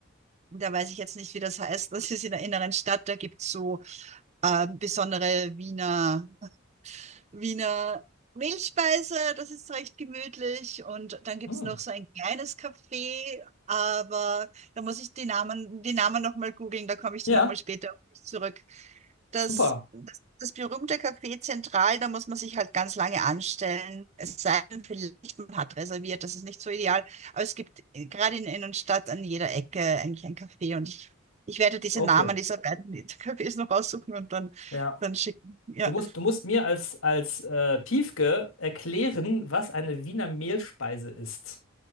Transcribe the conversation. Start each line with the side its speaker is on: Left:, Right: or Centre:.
Right: Da weiß ich jetzt nicht, wie das heißt. Das ist in der inneren Stadt. Da gibt's so ähm, besondere Wiener Wiener Mehlspeise, das ist recht gemütlich. Und dann gibt's
Left: Hm.
Right: noch so ein kleines Café, aber da muss ich die Namen, die Namen nochmal googeln, da komme ich
Left: Ja,
Right: dann nochmal später auf dich zurück. Das,
Left: super.
Right: das, das berühmte Café Zentral, da muss man sich halt ganz lange anstellen. Es sei denn, vielleicht man hat reserviert, das ist nicht so ideal. Aber es gibt äh, gerade in der Innenstadt an jeder Ecke eigentlich ein Café und ich, ich werde diese
Left: Okay.
Right: Namen dieser beiden <laughs> Cafés noch raussuchen und dann,
Left: Ja.
Right: dann schicken. Ja.
Left: Du musst, du musst mir als, als äh, Piefke erklären, was eine Wiener Mehlspeise ist.